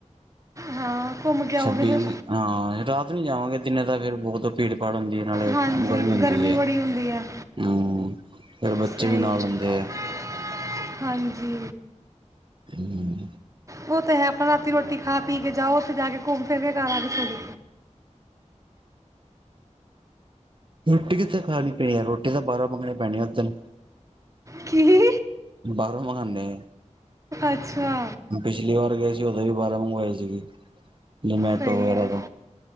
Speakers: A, on the right; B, on the right.
A: ਹਾਂ ਘੁੰਮ ਕੇ ਆਓਗੇ
B: ਛੱਬੀ
A: ਫਿਰ
B: ਨੂ ਹਾਂ, ਰਾਤ ਨੂ ਜਾਵਾਂਗੇ ਦਿਨੇ ਤਾ ਫੇਰ ਬਹੁਤ ਭੀੜ ਫੜ ਹੁੰਦੀ ਐ ਨਾਲੇ
A: ਹਾਂਜੀ
B: ਗਰਮੀ ਹੁੰਦੀ ਐ,
A: ਬੜੀ ਹੁੰਦੀ ਹੈ
B: ਹੁੰ ਫੇਰ ਬੱਚੇ
A: ਸਹੀ
B: ਵੀ ਨਾਲ
A: ਹੈ।
B: ਹੁੰਦੇ ਐ।
A: ਹਾਂਜੀ।
B: <inaudible>
A: ਉਹ ਤੇ ਹੈ ਆਪਣਾ ਰਾਤੀ ਰੋਟੀ ਖਾ ਪੀ ਕੇ ਜਾਓ, ਉੱਥੇ ਜਾ ਕੇ ਘੁੰਮ- ਫਿਰ ਕੇ ਘਰ ਆ ਕੇ ਸੋਜੋ।
B: ਰੋਟੀ ਕਿੱਥੇ ਖਾਣੀ-ਪੀਣੀ ਐ, ਰੋਟੀ ਤਾਂ ਬਾਹਰੋਂ ਮੰਗਣੀ ਪੈਣੀ ਓਦਣ
A: ਕੀ
B: ਬਾਰੋ ਮਾਗਾਂ ਨੇ
A: ਅੱਛਾ
B: ਪਿਛਲੀ ਵਾਰ ਗਏ ਸੀ ਉਦੋਂ ਵੀ ਬਾਰੋ ਮੰਗਵਾਏ ਸੀਗੇ, ਜਮੈਟੋ
A: ਸਹੀ
B: ਵਗੈਰਾ
A: ਹੈ।
B: ਤੋਂ